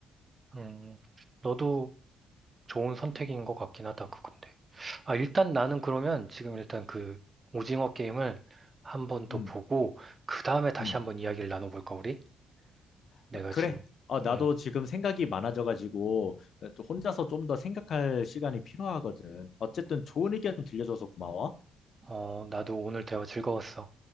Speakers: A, on the right; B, on the left.
A: 음. 너도 좋은 선택인 것 같긴 하다, 그건데. 아, 일단 나는 그러면 지금 일단 그 오징어 게임을 한번 더
B: 음,
A: 보고, 그 다음에 다시
B: 음.
A: 한번 이야기를 나눠볼까, 우리? 내가
B: 어, 그래.
A: 지금,
B: 어, 나도
A: 음,
B: 지금 생각이 많아져가지고 어, 또 혼자서 좀 더 생각할 시간이 필요하거든. 어쨌든 좋은 의견 들려줘서 고마워.
A: 어, 나도 오늘 대화 즐거웠어.